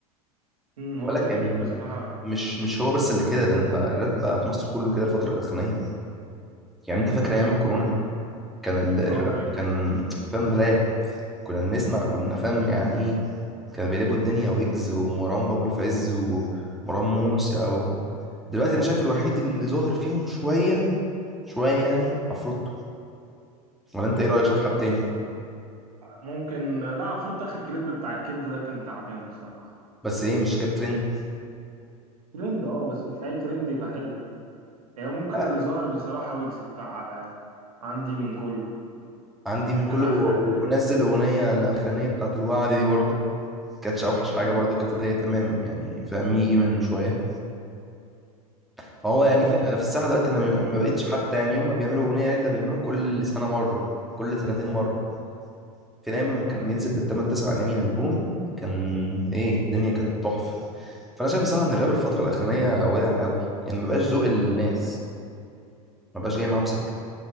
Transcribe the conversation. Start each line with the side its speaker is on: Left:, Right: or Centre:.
Right: امم هو
Centre: بالك
Right: تنك
Centre: يعني
Right: بصراحة بت-
Centre: مش مش هو بس اللي كده ده انت الراب بقى في مصر كله كده الفترة الأخرانية يعني انت فاكر أيام الكورونا
Right: مم.
Centre: كان ال- الراب
Right: أه فاكر
Centre: كان فاهم راب كنا بنسمع كنا فاهم يعني ايه كانوا بيقلبوا الدنيا ويجز ومروان بابلو في عز ومروان موسى و... دلوقتي أنا شايف الوحيد اللي ظاهر فيهم شوية شوية يعني عفروتو ولا انت ايه رأيك شايف حد
Right: تصدق؟
Centre: تاني
Right: ممكن لا عفروت آخر كليب بتاع الكبدة ده كان تعبان بصراحة
Centre: بس ايه مش جاب ترند
Right: ترند اه بس مش اي ترند يبقى حلو يعني هي ممكن
Centre: اه،
Right: اللي ظهر بصراحة ويجز بتاع آه، عندي من كله
Centre: عندي من كله
Right: كان اخر
Centre: و-
Right: اعلان
Centre: ونزل أغنية الأخرانية بتاعت الوعد دي برضو كانتش أوحش حاجة
Right: مم.
Centre: برضو كانت اللي هي تمام يعني فاهم يجي منه شوية فهو يعني
Right: اه
Centre: في انا في الساحه دلوقتي انا ما بقتش حتى يعني يوم ما بيعملوا اغنيه عدله بيعملوها كل سنه مره كل سنتين مره كان ايام ما كان بينزل بالثمان تسع اغاني البوم كان ايه الدنيا كانت تحفه فانا شايف صراحه ان الراب الفتره الاخرانيه واقع قوي يعني ما بقاش ذوق الناس ما بقاش جاي معاهم سكه